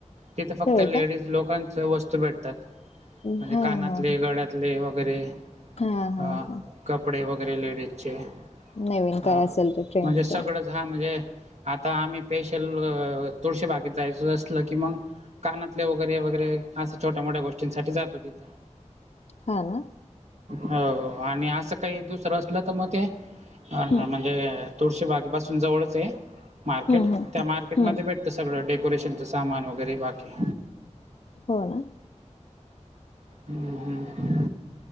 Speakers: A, on the right; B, on the left.
A: तिथं फक्त
B: होय
A: लेडीज.
B: का
A: लोकांच वस्तू भेटतात
B: हा
A: म्हणजे कानातले
B: हा ह
A: गड्यात. ले वगैरे
B: हा हा
A: अ
B: हा
A: कपडे वगैरे लेडीज चे
B: नवीन
A: हा
B: काय असेल ते ट्रेनच
A: म्हणजे सगळंच हा म्हणजे आता आम्ही स्पेशल तुळशी बागेत जायचं असल की मग. कानातले वगैरे वगैरे असे छोट्या मोठ्या गोष्टींसाठी जातो तिथं.
B: हा ना.
A: हाव आणि असं काही दुसरं असलं तर मग ते अ
B: हम्म
A: म्हणजे. तुळशी बागेपसून जवळच आहे मार्केट
B: हम्म हम्म
A: त्या मार्केट
B: हम्म
A: मध्ये भेटते ते सगळं डेकोरेशनचं सामान वगैरे बाकी.
B: हो ना.
A: हम्म हम्